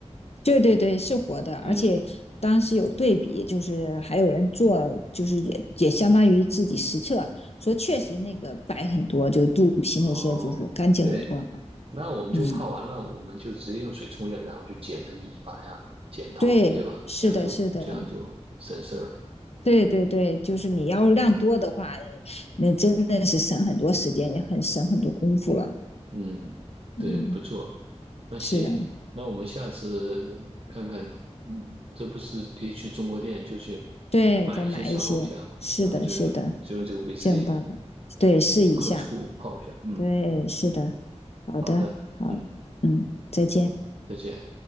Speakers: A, on the left (about 60°); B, on the right (about 55°).
A: 对对对，是活的，
B: 嗯，
A: 而且当时有对比，就是还有人做，就是也也相当于自己实测，说确实那个白很多，就是肚皮那些就是干净很多啊。
B: 哦，对，那我们就泡完了，
A: 嗯，
B: 我们就直接用水冲一下，然后就剪它的尾巴呀，剪头，
A: 对，
B: 对吧？
A: 是的，
B: 这样就这样就省事儿了。
A: 是的，对对对，就是你要量多的话，那真的是省很多时间，也很省很多功夫了。
B: 嗯，
A: 嗯，
B: 对，不错。那行，
A: 是的，
B: 那我们下次看看，嗯，这不是可以去中国店就去
A: 对，
B: 买一些小龙虾嘛？
A: 再买一些，是的，
B: 咱们就用就用这个
A: 是的，
B: VC
A: 这种办法，对，试一下，
B: 和醋泡一下。嗯，
A: 对，是的，好的，
B: 好的，
A: 好，
B: 嗯，
A: 嗯，再见。
B: 再见。